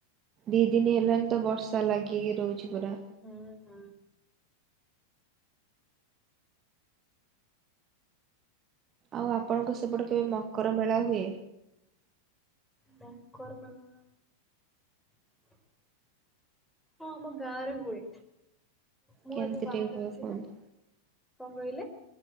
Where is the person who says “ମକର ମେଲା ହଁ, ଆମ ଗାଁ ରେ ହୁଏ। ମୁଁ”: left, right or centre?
Centre